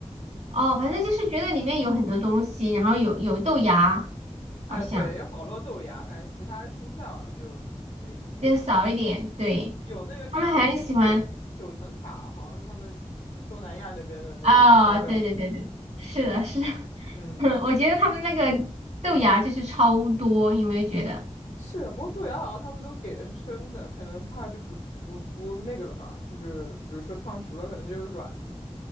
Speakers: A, on the right; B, on the left.
A: 哦，反正就是觉得里面有很多东西，然后有有豆芽，
B: 哎，
A: 好像
B: 对，有好多豆芽，感觉其他蔬菜好像就没什么了。
A: 就少一点。对，
B: 有那个叫九九九层塔，
A: 他们很喜欢。
B: 好像是他们东南亚那边的那个香料。
A: 哦，对对对对，是的，是的，<laughs>
B: 嗯，
A: 我觉得他们那个豆芽就是超多，有没有觉得？
B: 是的，不过豆芽好像他们都给的是生的，可能怕就不不不那个了吧，就是比如说烫熟了，可能就软了。